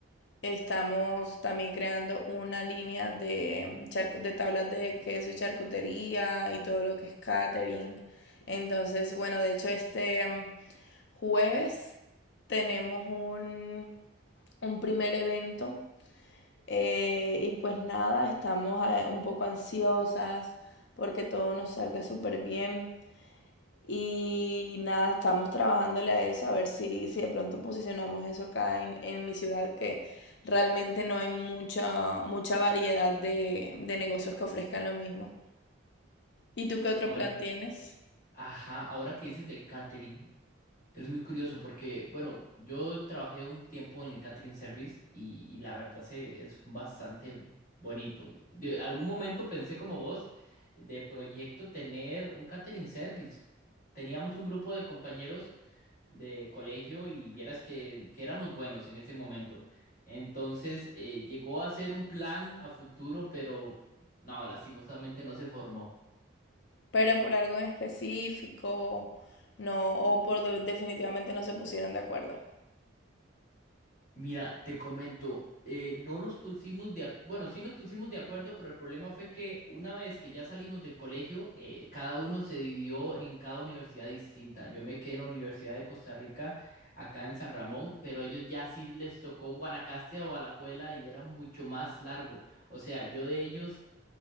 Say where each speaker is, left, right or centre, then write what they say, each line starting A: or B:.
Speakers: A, on the left; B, on the left.
A: estamos también creando una línea de, mm, charcu- de tablas de queso y charcutería y todo lo que es catering. Entonces, bueno, de hecho, este mm, jueves tenemos un, un primer evento eh, y pues nada, estamos eh, un poco ansiosas porque todo nos salga súper bien. Y nada, estamos trabajándole a eso, a ver si, si de pronto posicionamos eso acá en, en mi ciudad, que realmente no hay mucha, mucha variedad de, de negocios que ofrezcan lo mismo. ¿Y tú qué otro
B: Ahora,
A: plan tienes?
B: ajá, ahora que dices del catering. Es muy curioso porque, bueno, yo trabajé un tiempo en el catering service y, y la verdad se, es bastante bonito. De algún momento pensé como vos de proyecto tener un catering service. Teníamos un grupo de compañeros de colegio y vieras que, que éramos buenos en ese momento. Entonces, eh, llegó a ser un plan a futuro, pero no, lastimosamente no se formó.
A: Pero por algo en específico, no, o por de- definitivamente no se pusieron de acuerdo.
B: Mira, te comento, eh, no los pusimos de, ac- bueno, sí nos pusimos de acuerdo, pero el problema fue que una vez que ya salimos del colegio, eh, cada uno se dividió en cada universidad distinta. Yo me quedé en la Universidad de Costa Rica, acá en San Ramón, pero ellos ya sí les tocó Guanacaste o Alajuela y era mucho más largo. O sea, yo de ellos